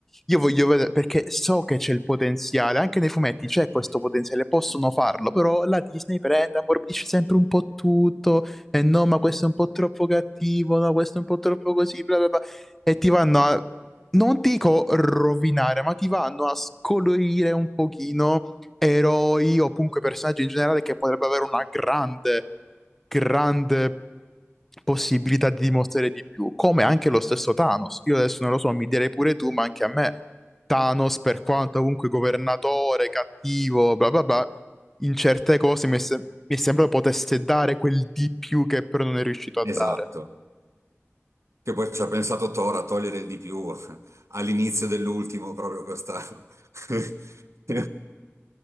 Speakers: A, in the centre; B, on the right.
A: Io voglio vedere perché so che c'è il potenziale, anche nei fumetti c'è questo potenziale, possono farlo, però la Disney prende, ammorbidisce sempre un po' tutto, e no, ma questo è un po' troppo cattivo, no, questo è un po' troppo così, bla bla bla, e ti vanno a, non dico rovinare, ma ti vanno a scolorire un pochino eroi o comunque personaggi in generale che potrebbero avere una grande, grande possibilità di dimostrare di più, come anche lo stesso Thanos. Io adesso non lo so, mi direi pure tu, ma anche a me Thanos, per quanto comunque governatore, cattivo, bla bla bla, in certe cose mi è, se- mi è sembrato potesse dare quel di più che però non è riuscito a dare.
B: Esatto. Che poi ci ha pensato Thor a togliere il di più <laughs> all'inizio dell'ultimo, proprio questa, <laughs>